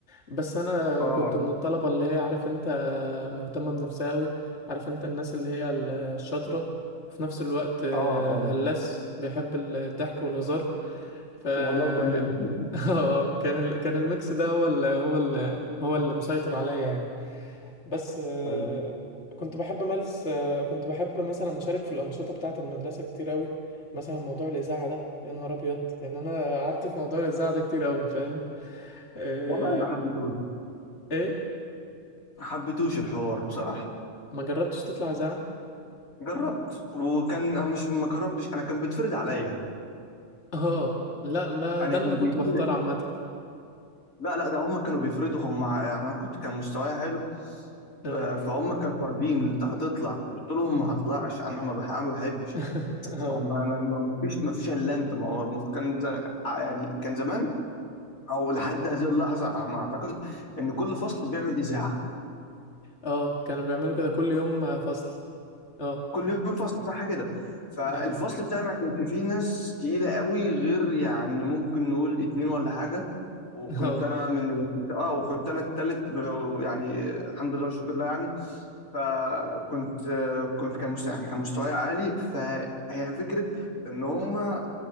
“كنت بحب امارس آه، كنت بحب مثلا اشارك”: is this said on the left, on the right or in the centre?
Left